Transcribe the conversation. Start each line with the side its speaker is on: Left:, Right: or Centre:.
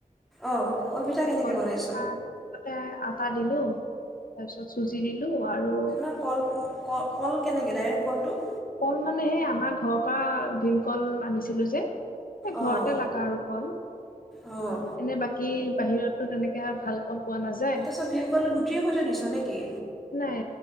Centre: অঁ কলপিঠা কেনেকৈ
Left: কলপিঠা
Centre: বনাইছ
Left: তাতে আটা দিলো তাৰপিছত চুজি দিলো। দিলো আৰু
Centre: আপোনাৰ কল কল কেনেকে ডাইৰেক্ট কলটো
Left: ক'ল মানে সেই আমাৰ ঘৰৰ পৰা ভীমকল আনিছিলো যে এই
Centre: অঁ
Left: ঘৰতে লগা আৰু ক'ল
Centre: অঁ
Left: এনে বাকী বাহিৰতো তেনেকে ভাল কল পোৱা নাযায়
Centre: তাৰপিছত ভিমকলটো গুটিৰ সৈতে দিছ নেকি
Left: নাই